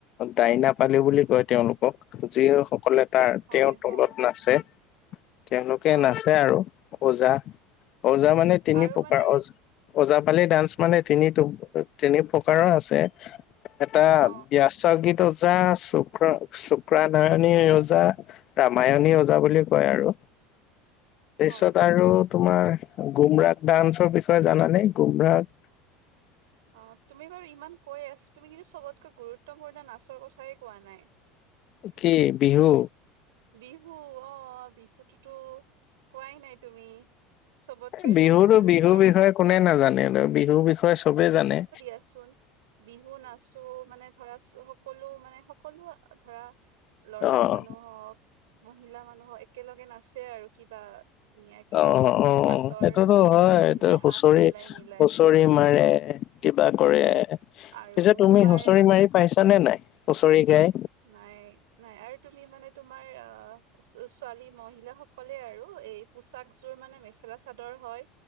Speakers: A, on the left (about 50°); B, on the right (about 85°).
A: ডাইনা পালি বুলি কয় তেওঁলোকক যি সকলে- তাৰ
B: হয়
A: তেওঁৰ তলত
B: হয়
A: নাচে, তেওঁলোকে
B: হয়
A: নাচে আৰু। ওজা, ওজা মানে তিনি
B: আৰু
A: প্ৰকাৰ
B: মানে
A: ওজা- ওজাপালি ডান্স মানে তিনি তিনি প্ৰকাৰৰ আছে এটা
B: অ
A: বিয়াত চৰগীত ওজা শুক্ৰ শুক্ৰা নয়ণী ওজা- ৰামায়ণী ওজা বুলি কয় আৰু। তাৰপিছত
B: হয়
A: আৰু তোমাৰ গুমৰাগ ডান্সৰ বিষয়ে জানানে গুমৰাগ?
B: অ তুমি বাৰু ইমান কৈ আছা তুমি কিন্তু চবতকৈ গুৰুত্বপূৰ্ণ নাচৰ কথাই কোৱা নাই।
A: কি বিহু?
B: বিহু অ বিহুততো, কোৱাই নাই তুমি। চবতকৈ
A: বিহুতো
B: যিটো মানে
A: বিহুৰ
B: তোমাৰ
A: বিষয়ে কোনে নাজানে বিহুৰ বিষয়ে চবে জানে।
B: কোৱাচোন? বিহু নাচতো মানে ধৰা সকলো মানে সকলো ধৰা- ল'ৰা
A: অ
B: মানুহক, মহিলা মানুহক একেলগে নাচে আৰু কিবা। ধুনীয়াকে
A: অ অ
B: হাতৰ
A: সেইটোতো হয়
B: মিলাই
A: এই হুঁচৰি
B: হাত মিলাই মিলাই
A: হুচৰি মাৰে। কিবা কৰে,
B: আৰু
A: পিছে তুমি
B: তোমাৰ
A: হুঁচৰি মাৰি পাইছ নে নাই হুঁচৰি গাই?
B: নাই নাই আৰু তুমি মানে তোমাৰ অ- ছোৱালী মহিলা সকলে আৰু এই পোচাকযোৰ মানে মেখেলা চাদৰ হয়।